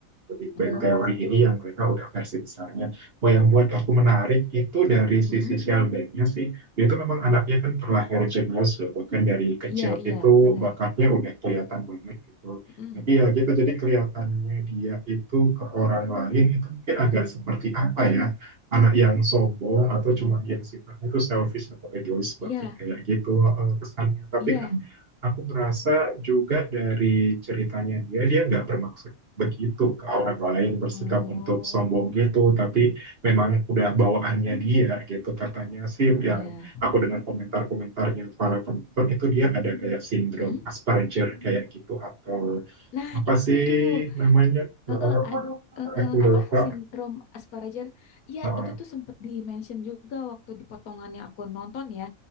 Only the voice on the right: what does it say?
The Big
Bang Theory ini yang mereka udah versi besarnya. Mau yang buat aku menarik itu dari sisi
Sheldonnya sih, dia itu memang anaknya kan terlahir jenius loh, bahkan dari kecil
itu
bakatnya udah kelihatan banget gitu.
Tapi ya gitu, jadi kelihatannya dia itu ke orang lain itu mungkin agak seperti apa ya, anak yang sombong atau cuman yang sifatnya itu selfish atau egois
banget kayak gitu eh, kesannya. Tapi
kan aku ngerasa juga dari ceritanya dia, dia nggak bermaksud begitu ke orang lain bersikap
untuk sombong gitu, tapi memang udah bawaannya dia gitu katanya sih yang
aku dengar komentar-komentarnya para penonton itu dia ada kayak sindrom
Asperger kayak gitu atau
apa
sih
namanya? Eh,
Aku lupa.
Eh,